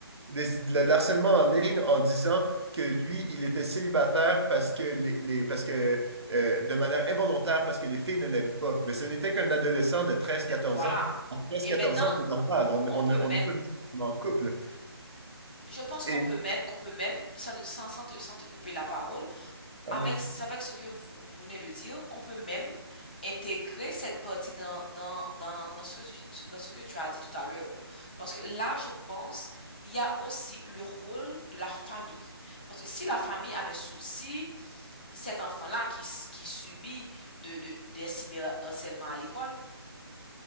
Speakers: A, on the right; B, on the left.
A: des- de l'harcèlement en ligne en disant que lui, il était célibataire parce que les, les- parce que euh, de manière involontaire, parce que les filles ne l'aiment pas. Mais ce n'était qu'un adolescent de treize quatorze
B: Euh, Voilà.
A: ans. À 13-14
B: Et maintenant,
A: ans, c'est normal. On
B: on
A: on
B: peut
A: ne-
B: même,
A: on n'est pas nécessairement en couple.
B: je pense qu'on
A: Et
B: peut même, qu'on peut même, sans, sans, sans te, sans te couper la parole,
A: Ah,
B: avec,
A: vas-y.
B: avec ce que vous, vous venez de dire, on peut même intégrer cette partie dans, dans, dans, dans ce que tu, dans ce que tu as dit tout à l'heure. Parce que là, je pense, il y a aussi le rôle de la famille. Parce que si la famille avait, si cet enfant-là qui, qui subit de, de, des cyberharcèlements à l'école,